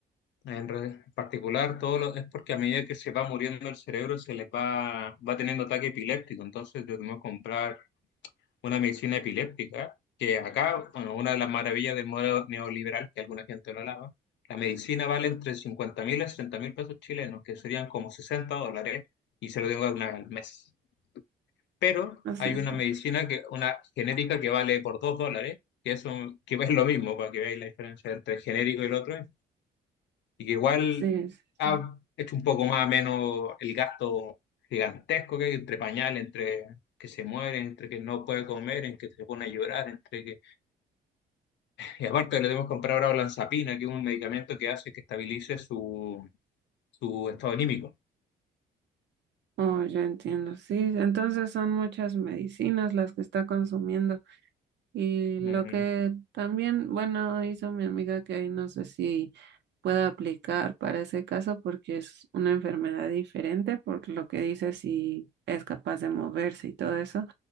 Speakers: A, on the left; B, on the right.
A: en re- particular, todo lo, es porque a medida que se va muriendo el cerebro se les va, va teniendo ataque epiléptico, entonces debemos comprar una medicina epiléptica, que acá, bueno, una de las maravillas del modelo neoliberal, que alguna gente lo alaba, la medicina vale entre 50 mil a 60 mil pesos chilenos, que serían como 60 dólares, y se lo tengo una vez al mes. Pero
B: Así
A: hay
B: está.
A: una medicina,
B: pues.
A: que, una genérica que vale por 2 dólares, que es, un- que es lo mismo, para que veáis la diferencia entre genérico y el otro, es y que igual
B: Sí, sí.
A: ha
B: sí.
A: hecho un poco más o menos el gasto gigantesco que hay entre pañales, entre que se muere, entre que no puede comer, entre que se pone a llorar, entre que... Y aparte le debemos comprar ahora olanzapina, que es un medicamento que hace que estabilice su, su estado anímico.
B: Oh, ya entiendo. Sí, entonces son muchas medicinas las que está consumiendo. Y lo
A: Ujú.
B: que también, bueno, hizo mi amiga que ahí no sé si pueda aplicar para ese caso porque es una enfermedad diferente, por lo que dice si es capaz de moverse y todo eso.